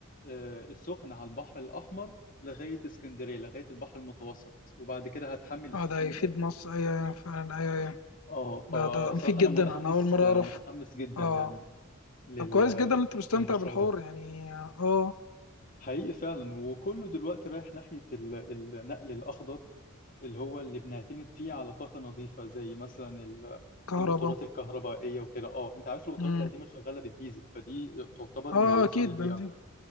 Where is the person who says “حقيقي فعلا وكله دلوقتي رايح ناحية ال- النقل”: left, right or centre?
Left